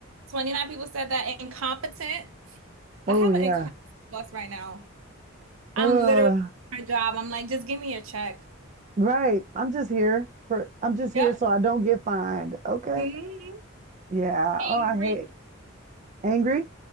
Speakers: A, on the right (about 75°); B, on the right (about 35°).
A: 29 people said that incompetent.
B: Oh
A: I have
B: yeah.
A: an incompetent boss right now.
B: Uh,
A: I'm literally doing my job. I'm like, just give me a check.
B: right. I'm just here for I'm just here
A: Yep.
B: so I don't get fined. Okay.
A: hmm
B: Yeah. Oh, I
A: Angry.
B: hate angry.